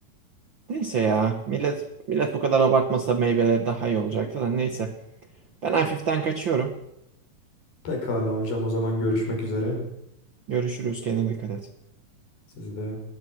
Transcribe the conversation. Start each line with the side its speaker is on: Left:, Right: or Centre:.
Right: Neyse ya. Millet millet bu kadar abartmasa meyveleri daha iyi olacaktı da neyse. Ben hafiften kaçıyorum.
Left: Pekala hocam, o zaman görüşmek üzere.
Right: Görüşürüz. Kendine dikkat et.
Left: Sizi de